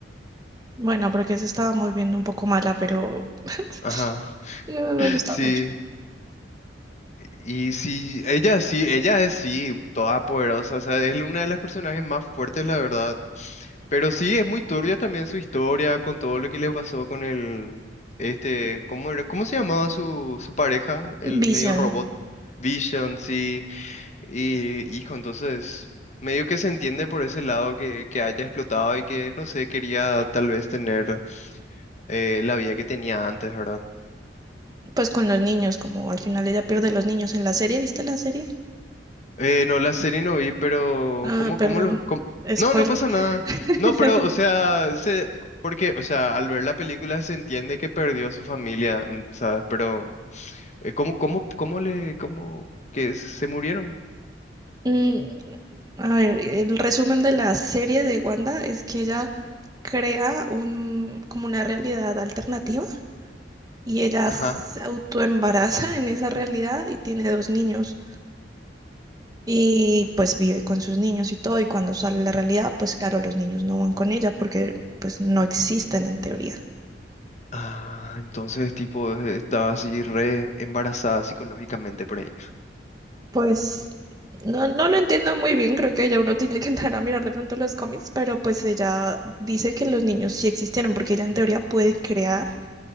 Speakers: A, on the right (about 20°); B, on the left (about 40°).
A: Bueno, porque se estábamos viendo un poco mala, pero <laughs>
B: Ajá,
A: Eh, Me
B: <laughs>
A: gusta
B: sí.
A: mucho.
B: Y sí, ella sí, ella es sí, toda poderosa, o sea, es una de las personajes más fuertes, la verdad. Pero sí, es muy turbia también su historia con todo lo que le pasó con el, este, ¿cómo era? ¿Cómo se llamaba su, su pareja? El
A: Vision,
B: medio robot. Vision, sí. Y, hijo, entonces, medio que se entiende por ese lado que, que haya explotado y que, no sé, quería tal vez tener eh, la vida que tenía antes, ¿verdad?
A: pues con los niños, como al final ella pierde los niños en la serie, ¿viste la serie?
B: Eh, no, la serie no vi, pero
A: Ah,
B: ¿cómo,
A: perdón.
B: cómo lo...? cómo?
A: Spoiler.
B: No, no pasa nada.
A: <laughs>
B: No, pero, o sea, se, porque, o sea, al ver la película se entiende que perdió a su familia, mm, ¿sabes? Pero, eh, ¿cómo, cómo, cómo le, cómo, que se murieron?
A: Mm, a ver, el resumen de la serie de Wanda es que ella crea un, como una realidad alternativa y ella
B: Ajá.
A: se autoembaraza en esa realidad y tiene dos niños y pues vive con sus niños y todo y cuando sale la realidad, pues claro, los niños no van con ella porque pues no existen en teoría.
B: Ah, entonces, tipo, eh, estaba así re embarazada psicológicamente por ahí.
A: Pues no, no lo entiendo muy bien, creo que ya uno tiene que entrar a mirar de pronto los cómics, pero pues ella dice que los niños sí existieron, porque ella en teoría puede crear